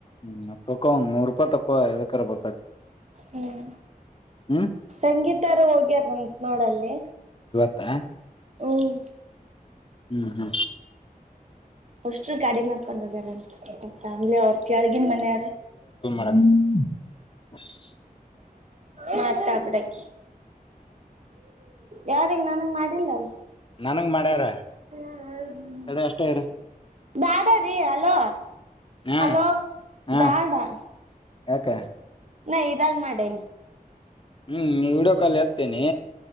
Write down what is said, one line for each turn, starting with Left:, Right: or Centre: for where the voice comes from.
Left: ಹ್ಮ ತೊ ಒಂದ ನೂರು ರೂಪಾಯಿ ತೋ ಕರ ಬರ್ತತಿ
Right: ಹ್ಮ್
Left: ಹ್ಮ್
Right: ಸಂಗೀತಾರ ಹೋಗ್ಯಾರ ನೋಡಲ್ಲಿ
Left: <inaudible>
Right: ಹ್ಮ್
Left: ಹ್ಮ್ ಹ್ಮ್
Right: ಅಷ್ಟರು ಗಾಡಿ ಮಾಡ್ಕೊಂಡ್ ಹೋಗ್ಯಾರ ಅಂತ ಫ್ಯಾಮ್ಲಿ ಅವ್ರ ಕೆಳಗಿನ ಮನೆಯಾರ
Left: ಹ್ಮ್ <unintelligible> <inaudible>
Right: ಮಾತಬಡಕ್ಕೆ ಯಾರಿಗೆ ನನಂಗ ಮಾಡಿಲ್ಲ ಅಲ್ಲ
Left: ನನ್ಂಗ ಮಾಡ್ಯಾರ
Right: ಹ್ಮ
Left: ತಡಿ ಅಷ್ಟೇ ಇರು
Right: ಬಾಡ ರೀ ಹಲೋ
Left: ಹಾ
Right: ಹಲೋ
Left: ಹಾ
Right: ಡಾಟಾ
Left: ಯಾಕ
Right: ನಾ ಇದಾಗ ಮಾಡೇನ
Left: ಹ್ಮ್ ನೀ ಹಡೋಕಾಲ ಹತ್ತೇನಿ